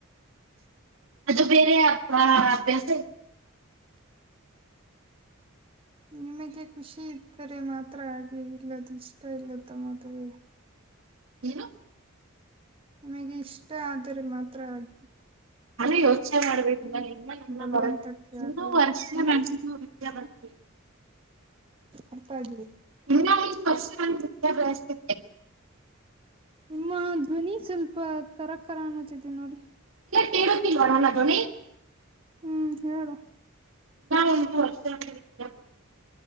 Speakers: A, on the right; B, on the right.
A: ಅದು ಬೇರೆ ಅಭ್ಯಾಸ ಇ
B: ನಿಮಗೆ ಖುಷಿ ಇದ್ದರೆ ಮಾತ್ರ ಹಾಗೆ ಇಲ್ಲದ ಇಷ್ಟ ಇಲ್ಲದ ಮದುವೆ
A: ಏನು
B: ನಿಮಗೆ ಇಷ್ಟ ಆದರೆ ಮಾತ್ರ ಹಾಗಿ
A: ನಾನು ಯೋಚನೆ ಮಾಡ್ಬೇಕಲ್ಲ ಎಲ್ಲ
B: ಬಲವಂತಕ್ಕೆ
A: ನ ಬರ ಇನ್ನೂ
B: ಆಗ್ಬೇಡ
A: ವರ್ಷ
B: ಏನ
A: ನಸ ಜಮಸ್ತ
B: ಅರ್ಥ ಆಗ್ಲಿಲ್ಲ
A: ನಿ ಬರ್ಷ ವಿದ್ಯಾಭ್ಯಾಸೆ
B: ನಿಮ್ಮ ಧ್ವನಿ ಸ್ವಲ್ಪ ಕರಕರ ಅನ್ನೋತತೆ ನೋಡಿ
A: ತರತಿ ಲಡನಾ ದನಿ
B: ಹ್ಮ್ ಹೇಳಡು
A: ನ ಇ ವರ್ಷ ರ <inaudible>